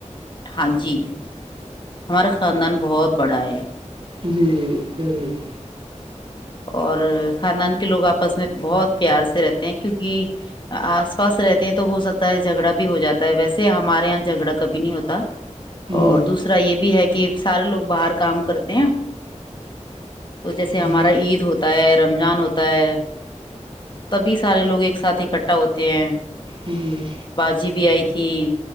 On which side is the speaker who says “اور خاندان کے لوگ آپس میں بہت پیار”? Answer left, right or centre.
Left